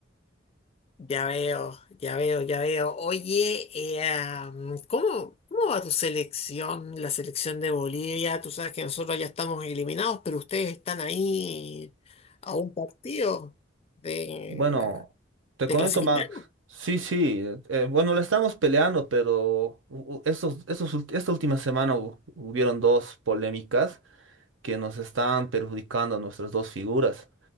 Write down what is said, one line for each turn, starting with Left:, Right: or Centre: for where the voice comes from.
Left: Ya veo, ya veo, ya veo. Oye, eh, am, ¿cómo, cómo va tu selección, la selección de Bolivia? Tú sabes que nosotros ya estamos eliminados, pero ustedes están ahí a un partido de,
Right: Bueno, te comento,
Left: de clasificar.
Right: más Sí, sí, eh, eh, bueno, la estamos peleando, pero u- u- estos, estos ult- esta última semana hu- hubieron dos polémicas que nos están perjudicando a nuestras dos figuras.